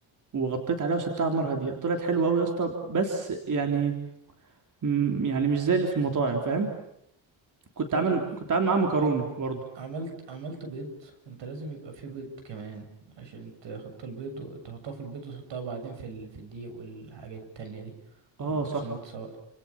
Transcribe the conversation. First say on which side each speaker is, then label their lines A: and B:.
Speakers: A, on the right; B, on the right.
A: وغطيت عليها وسبتها على النار هاديه طلعت حلوه قوي يا اسطى بس يعني م- يعني مش زي اللي في المطاعم فاهم كنت
B: طيب
A: عامل كنت عامل معاها مكرونه
B: حط
A: برضو
B: عملت عملت بيض انت لازم يبقى فيه بيض كمان عشان تحط البيض وتحطها في البيض وتحطها بعدين في ال... في الدقيق والحاجات التانية دي
A: اه
B: والبقسماط
A: صح
B: سواء